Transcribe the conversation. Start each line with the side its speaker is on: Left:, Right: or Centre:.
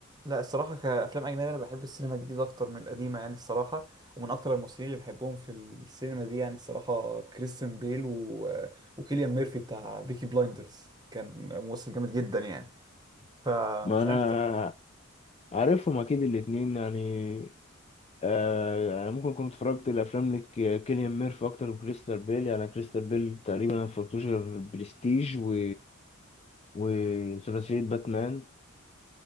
Right: لا الصراحة كأفلام أجنبية أنا بحب السينما الجديدة أكتر من القديمة يعني الصراحة ومن أكتر الممثلين اللي بحبهم في السينما دي يعني الصراحة كريستيان بيل و... وكيليان ميرفي بتاع بيكي بلايندرز كان ممثل جامد جدا يعني فمش
Left: ما انا
Right: عارف
Left: عارفهم اكيد الاتنين يعني آه يعني ممكن كنت اتفرجت الافلام لك كيليان ميرفي اكتر من كريستال بيل يعني كريستال بيل تقريبا ما اتفرجتوش غير برستيج و... وثلاثيه باتمان